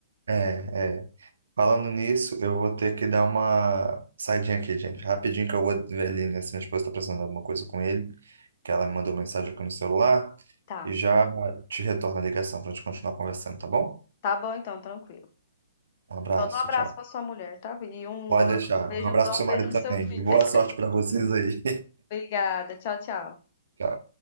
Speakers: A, on the right; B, on the left.
A: É, é. Falando nisso, eu vou ter que dar uma saidinha aqui, gente. Rapidinho que eu vou ver ali, né? Se minha esposa tá precisando de alguma coisa com ele, que ela me mandou mensagem aqui no celular.
B: Tá.
A: E já te retorno a ligação pra gente continuar conversando, tá bom?
B: Tá bom então, tranquilo.
A: Um abraço,
B: Manda um abraço
A: tchau.
B: pra sua mulher, tá? Vi? E um
A: Pode deixar.
B: beijo,
A: Um abraço
B: dá
A: pro
B: um
A: seu
B: beijo
A: marido
B: no
A: também.
B: seu filho.
A: E boa
B: <laughs>
A: sorte pra vocês aí.
B: Obrigada. Tchau, tchau.
A: <laughs> Tchau.